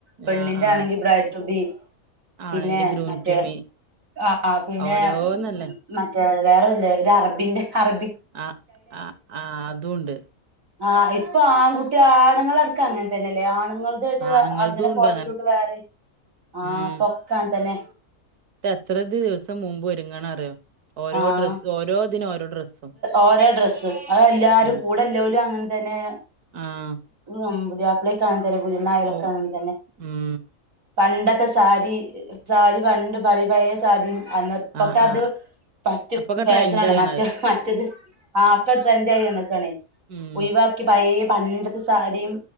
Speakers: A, on the right; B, on the right.
A: പെണ്ണിന്റെ
B: ആഹ് ആഹ്
A: ആണെങ്കി ബ്രൈഡ് ട്യൂബി പിന്നെ
B: ആണിന്റെ ഗ്രൂം
A: മറ്റേ
B: ടു മീ
A: ആഹ് ആഹാ പിന്നെ
B: ഓരോന്നല്ലേ
A: മറ്റേ വേറെല്ല അറബിന്റെഹെ അറബി
B: ആഹ് ആഹ് ആഹ് അതുണ്ട്
A: ആഹ് ഇപ്പൊ ആൺകുട്ടി ആണുങ്ങൾ അടക്കാ അങ്ങനെ തന്നെല്ലേ ആണുങ്ങൾ ന്നിട്ട്
B: ആണുങ്ങൾതും
A: അങ്ങനെ
B: ഉണ്ട്
A: ഫോട്ടോഷൂട്ട് വേറെ ആ
B: ഉം
A: പ്പോക്കെ അങ്ങനെ തന്നെ
B: എത്ര ദിവസം മുമ്പ് ഒരുങ്ങണംന്നറിയോ ഓരോ
A: ആഹ്
B: ഡ്രസ്സ് ഓരോ ദിന ഓരോ ഡ്രസ്സും
A: ഓരോ ഡ്രെസ്സും അത് എല്ലാരും
B: ഉം
A: കൂടെല്ലലും അങ്ങനെ തന്നെ
B: ആഹ്
A: ഉം പുതിയപ്ല കങ്ങനെതന്നെ പുതിയണ്ണയാലുംക്കെ
B: ഓ
A: അങ്ങനെത്തന്നെ
B: ഉം
A: പണ്ടത്തെ സാരി സാരി പണ്ട് പയേ പയ സാരി അന്ന പ്പൊക്കെ
B: ആഹ്
A: അത്
B: ആഹ്
A: പ റ്റ
B: അപ്പൊക്കെ
A: ഫാഷനാണ്
B: ട്രെൻഡ് ആയിണത്
A: മറ്റ മറ്റ മറ്റത് ആക്കെ ട്രെൻഡ ആയി വന്ന്കാണേ യ്
B: ഉം
A: ഒഴിവാ പയ പണ്ടത്തെ സാരിയും